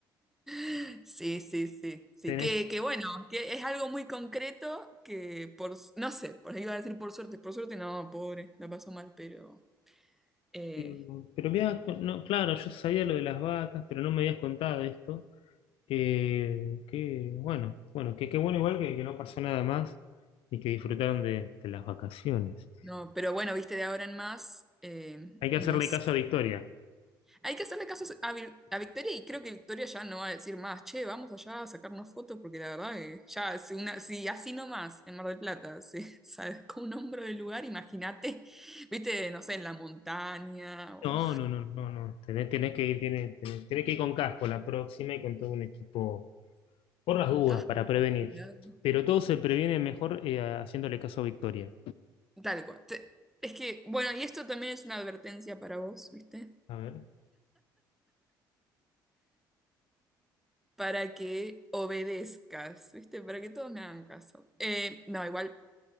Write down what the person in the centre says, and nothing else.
<laughs> Sí, sí, sí, sí,
que, que bueno, que es algo muy concreto que por, s- no sé, por ahí iba a decir por suerte, por suerte no, pobre, la pasó mal, pero eh,
no, pero bueno, viste, de ahora en más, eh,
no
sé
Hay que hacerle caso a, Vi- a Victoria y creo que Victoria ya no va a decir más, che, vamos allá a sacarnos fotos porque la verdad que ya, si, una, si así nomás en Mar del Plata se <laughs> sacó un hombro del lugar, imagínate, viste, no sé, en la montaña o
con
casco,
cuidado.
Tal cual. Te- Es que, bueno, y esto también es una advertencia para vos, ¿viste?
Para que obedezcas, ¿viste? Para que todos me hagan caso. Eh, no, igual,